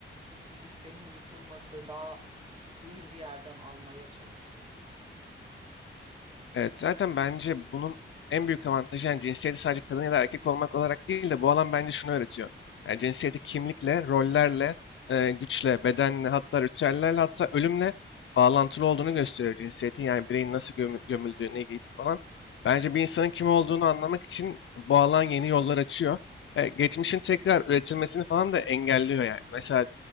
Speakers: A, on the right; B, on the left.
A: sistemin yıkılması daha queer bir yerden almaya çalışıyor.
B: Evet, zaten bence bunun en büyük avantajı yani cinsiyeti sadece kadın ya da erkek olmak olarak değil de bu alan bence şunu öğretiyor. Yani cinsiyeti kimlikle, rollerle, e, güçle, bedenle, hatta ritüellerle, hatta ölümle bağlantılı olduğunu gösteriyor cinsiyetin. Yani bireyin nasıl gömü- gömüldüğü, ne giydiği falan. Bence bir insanın kim olduğunu anlamak için bu alan yeni yollar açıyor. E, geçmişin
A: Evet.
B: tekrar üretilmesini falan da engelliyor yani. Mesela